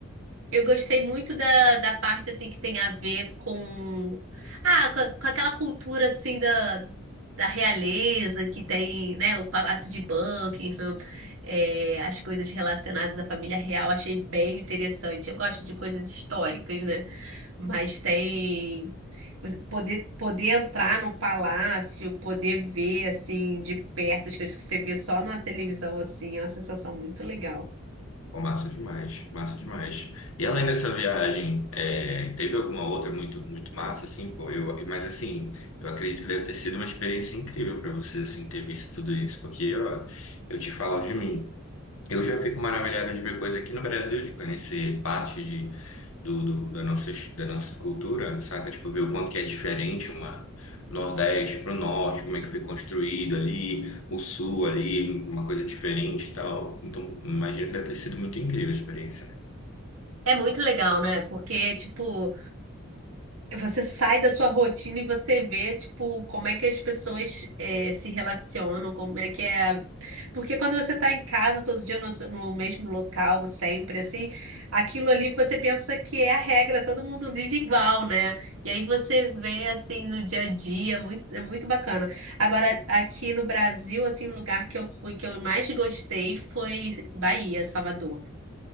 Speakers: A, on the right (about 80°); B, on the left (about 90°).
A: Eu gostei muito da, da parte assim que tem a ver com ah, com, com aquela cultura assim da, da realeza que tem, né, o Palácio de Buckingham, é, as coisas relacionadas à família real, achei bem interessante. Eu gosto de coisas históricas, né? Mas tem você poder poder entrar no palácio, poder ver assim de perto as coisas que você vê só na televisão assim, é uma sensação muito legal.
B: Pô, massa demais, massa demais. E além dessa viagem, é, teve alguma outra muito, muito massa, assim, pô, eu, mas assim, eu acredito que deve ter sido uma experiência incrível para você, assim, ter visto tudo isso, porque, ó, eu te falo de mim. Eu já fico maravilhado de ver coisa aqui no Brasil, de conhecer parte de, do, do- da nossa, da nossa cultura, saca? Tipo, ver o quanto que é diferente uma o Nordeste para o Norte, como é que foi construído ali, o Sul ali, uma coisa diferente e tal. Então, imagino que deve ter sido muito incrível a experiência, né?
A: É muito legal, né? Porque, tipo, Você sai da sua rotina e você vê, tipo, como é que as pessoas eh, se relacionam, como é que é. a- Porque quando você tá em casa todo dia no, seu- no mesmo local, sempre, assim, aquilo ali você pensa que é a regra, todo mundo vive igual, né? E aí você vê, assim, no dia a dia, é muito, é muito bacana. Agora, aqui no Brasil, assim, o lugar que eu fui, que eu mais gostei foi Bahia, Salvador.